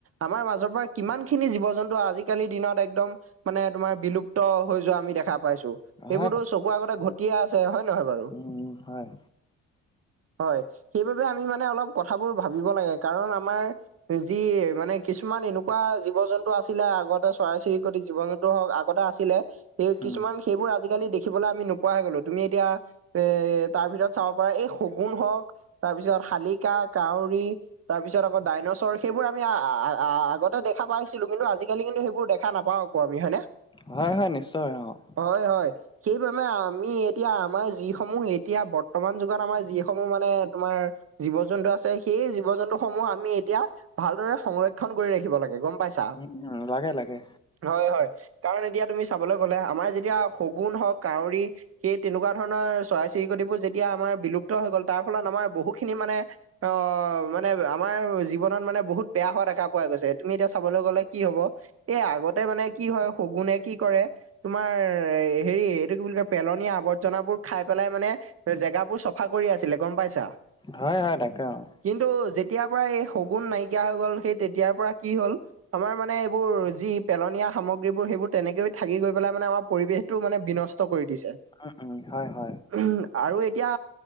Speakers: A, on the right; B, on the left.
A: আমাৰ মাজৰ পৰা- কিমান খিনি জীৱ জন্তু আজিকালিৰ দিনত একদম মানে তোমাৰ বিলুপ্ত হৈ যোৱা আমি দেখা পাইছো। সেইবোৰতো
B: হয়
A: চকুৰ আগতে ঘটিয়ে আছে হয় নহয় বাৰু?
B: উম, হয়,
A: হয়, সেইবাবে আমি মানে অলপ কথাবোৰ ভাবিব লাগে, কাৰণ আমাৰ- যি মানে কিছুমান এনোক- কুৱা জীৱ জন্তু আছিলে আগতে চৰাই চিৰিকটি জীৱ জন্তু হওক আগতে আছিলে সেই
B: উম,
A: কিছুমান- সেইবোৰ আজিকালি দেখিবলে আমি নোপোৱা গ'লো, তুমি এতিয়া এ- তাৰ ভিতৰত চাব পাৰা এই শগুন হওক- তাৰপিছত শালিকা কাউৰী তাৰপিছত আকৌ ডাইনছৰ- সেইবোৰ আমি আগতে দেখা পাইছিলো কিন্তু আজিকালি কিন্তু সেইবোৰ দেখা নাপাওঁ আকৌ আমি হয়নে।
B: হয় হয়, নিশ্চয় হয় অঁ'।
A: হয় হয়। সেইবাবে আমি এতিয়া আমাৰ যিসমূহ এতিয়া বৰ্তমান যুগত আমাৰ যিসমূহ মানে তোমাৰ- জীৱ- জন্তু আছে। সেই জীৱ- জন্তুসমূহ আমি এতিয়া ভালদৰে সংৰক্ষন কৰি ৰাখিব লাগে। গম- পাইছা
B: উম উম' লাগে লাগে।
A: হয় হয়, কাৰণ এতিয়া তুমি চাবলৈ গ'লে, আমাৰ যেতিয়া শগুণ হওঁক কাউৰী- সেই তেনেকুৱা ধৰণৰ চৰাই- চিৰিকটিবোৰ যেতিয়া আমাৰ বিলুপ্ত হৈ গ'ল, তাৰ ফলত আমাৰ বহুখিনি মানে- অঁ' মানে, আমাৰ জীৱনত মানে বহুত বেয়া হোৱা দেখা পোৱা গৈছে। তুমি এতিয়া চাবলে গ'লে কি হ'ব, এই আগতে মানে কি হয় শগুণ এক- কি কৰে, তোমাৰ হেৰি, এইটো কি বুলি কয়, পেলনীয়া আৱৰ্জনাবোৰ খাই পেলাই মানে- জেগাবোৰ চফা কৰি আছিলে, গম পাইছা?
B: হয় হয়, তাকে অঁ'।
A: কিন্তু, যেতিয়াৰ পৰা এই শগুণ নাইকিয়া হৈ গ'ল, সেই তেতিয়াৰ পৰা- কি হ'ল, আমাৰ মানে এইবোৰ যি পেলনীয়া সামগ্ৰীবোৰ সেইবোৰ তেনেকৈ থাকি গৈ পেলাই মানে আমাৰ- পৰিৱেশটো মানে বিনষ্ট কৰি দিছে।
B: উম, উম, হয়, হয়,
A: উমহ' আৰু এতিয়া